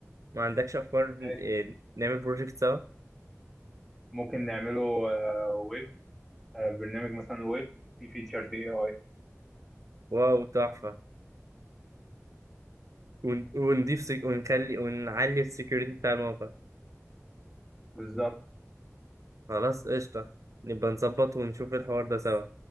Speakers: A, on the right; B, in the centre.
A: ما عندكش افكار
B: ماشي
A: إيه، نعمل بروجكت سوا
B: ممكن نعمله آه، ويب آه، برنامج مثلا ويب فيه فيتشرز اي اي
A: واو تحفة ون- ونضيف سك... ونخلي ونعلي السكيورتي بتاع الموقع
B: بالظبط
A: خلاص قشطة نبقى نظبط ونشوف الحوار ده سوا